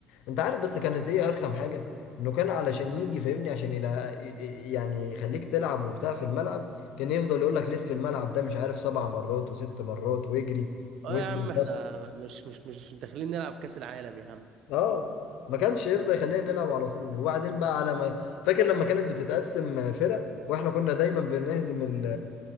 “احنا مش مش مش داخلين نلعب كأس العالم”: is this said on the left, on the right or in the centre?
Right